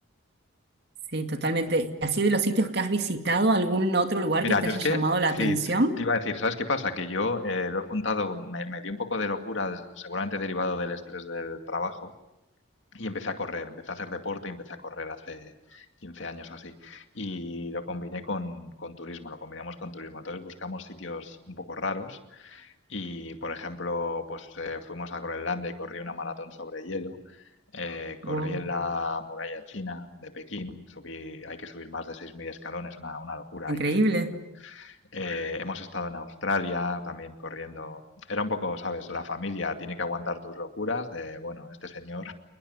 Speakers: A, on the right; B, on the left.
A: Sí, totalmente. ¿Así de los sitios que has visitado, algún otro lugar
B: Mira,
A: que te
B: yo
A: haya
B: es que,
A: llamado la
B: sí,
A: atención?
B: te te iba a decir, ¿sabes qué pasa? Que yo eh, lo he juntado, me, me dio un poco de locura, seguramente derivado del estrés del trabajo, y empecé a correr, empecé a hacer deporte y empecé a correr hace 15 años o así. Y lo combiné con, con turismo, lo combinamos con turismo. Entonces buscamos sitios un poco raros Y, por ejemplo, pues, eh, fuimos a Groenlandia y corrí una maratón sobre hielo. Eh,
A: Wow,
B: corrí en la muralla china de Pekín, subí, hay que subir más de 6.000 escalones, una, una locura,
A: increíble.
B: ahí casi me muero. Eh, hemos estado en Australia también corriendo. Era un poco, ¿sabes? La familia tiene que aguantar tus locuras de, bueno, este señor